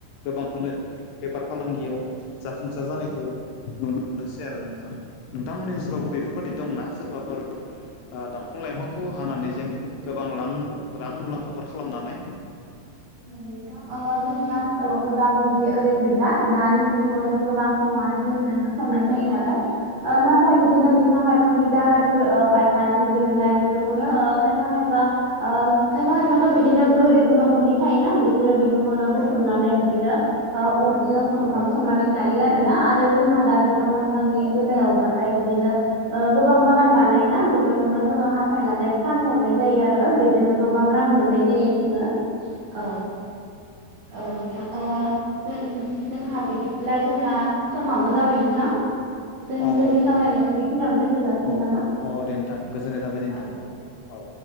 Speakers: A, on the left; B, on the right.
A: गोबांखौनो बेफार फालांगियाव जाफुंसार जानायखौ नुनो मोनोसै आरो नोंथां। नोंथांमोननि ओनसोलावबो बेफोरबादि दंना सोरबाफोर दं बिफां लाइफांखौ हानानै जेन गोबां रां मुलाम्फाफोर खालामनानै
B: नोंथां जोंनि आथिखालावथ'
A: औ
B: दा बिदि ओरैबादि दानि जुगावथ' गोबां सुबुङानो गेसजोंसो संनाय जायो नालाय
A: औ
B: नाथाय बिदिनो बिफां लाइफांनि दालाइफोर बाय नानै गोलैनाय बेफोरखौनो खायफा खायफा खायफा खायफाथ'
A: औ
B: बिदिनो गोरिब न'खरनि थायोना बिसोरो बेफोरखौनो बुथुमनानै
A: औ
B: बिदिनो अरजों ओंखाम
A: औ
B: संनानै जायो आरोना आरो जोंहा दा बिफां
A: औ
B: लाइफांनि बेलायावबाथाय बिदिनो गोबां
A: औ
B: बागान बानायोना बेफोरखौनो जोङो हाफायनानै फानहरनाय जायो आरो बेजोंनो गोबां रां मोननाय जायो जोङो औ औ नोंथां जोंहा बिदिब्ला जोंना समाबो जाबाय नोंथां। जों
A: औ
B: जोंनि सावरायनायखौ बेखिनियावनो दोनथ' जाासिगोन
A: औ
B: नामा
A: अ दे नोंथां गोजोननाय थाबाय दे नोंथां
B: औ
A: औ